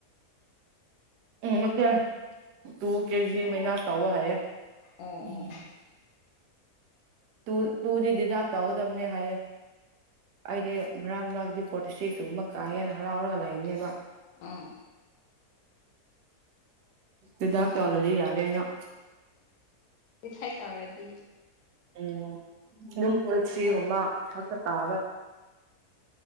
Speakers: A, on the right; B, on the left.
A: ꯎꯝ ꯅꯠꯇꯦ ꯇꯨ ꯀꯦꯖꯤ ꯃꯥꯏꯅꯁ ꯇꯧꯑꯣ ꯍꯥꯏꯌꯦ
B: ꯑꯣ
A: ꯎꯝ
B: ꯑꯣ ꯑꯣ
A: ꯨ ꯇꯨꯗꯤ ꯗꯤ ꯗꯥꯛ ꯇꯧꯒꯗꯕꯅꯦ ꯍꯥꯏꯌꯦꯦ ꯑꯩꯗꯤ ꯉꯔꯥꯡ ꯃꯔꯥꯡꯗꯤ ꯐꯣꯔꯇꯤ ꯁꯤꯨꯝꯕ ꯀꯥ ꯍꯦꯟꯅ ꯍꯔꯥꯎꯔꯒ ꯂꯩꯕꯝꯅꯦꯕ
B: ꯑꯥ
A: ꯗꯤꯗꯛ ꯇꯧꯗꯔ꯭ꯥꯗꯤ ꯌꯥꯔꯦꯅ
B: ꯏꯁꯥꯏ ꯇꯧꯔꯗꯤ
A: ꯎꯝ ꯏꯅꯝ ꯄꯨꯔꯁꯤ ꯒꯨꯝꯕ ꯈꯛꯇ ꯇꯥꯕ